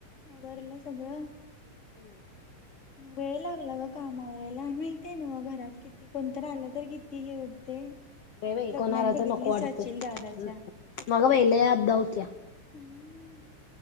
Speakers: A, on the left; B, on the left.
A: भरलं सगळंच
B: हम्म
A: मग वेळ लागला ग कामांवर यायला माहित आहे नव घरात किती कोणत आलं तर किती हे होतंय.
B: होय
A: आता
B: बाई
A: लग्नात
B: कोण आलं
A: बघितलीस
B: तर नको वाटते
A: जाशील
B: <unintelligible>
A: दादाच्या
B: अध होतीया.
A: हम्म